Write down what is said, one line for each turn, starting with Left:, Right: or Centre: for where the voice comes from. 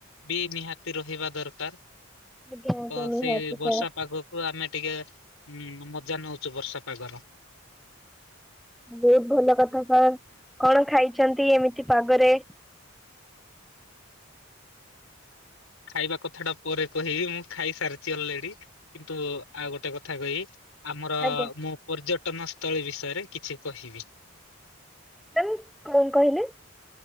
Left: ବି ନିହାତି ରହିବା ଦରକାର।
Centre: ଆଜ୍ଞା ଆଜ୍ଞା
Left: ତ ସେଇ
Centre: ନିହାତି
Left: ବର୍ଷା
Centre: ସାର୍।
Left: ପାଗକୁ ଆମେ ଟିକେ ଉଁ ମଜା ନଉଛୁ ବର୍ଷା ପାଗର।
Centre: ବହୁତ ଭଲ କଥା ସାର୍। କଣ ଖାଇଛନ୍ତି ଏମିତି ପାଗରେ?
Left: ଖାଇବା କଥାଟା ପରେ କହିବି, ମୁଁ ଖାଇସାରିଛି ଅଲରେଡି କିନ୍ତୁ ଆଉ ଗୋଟେ କଥା କହିବି। ଆମର
Centre: ଆଜ୍ଞା
Left: ମୁଁ ପର୍ଯ୍ୟଟନସ୍ଥଳୀ ବିଷୟରେ କିଛି କହିବି।
Centre: ଆଁ କଣ କହିଲେ?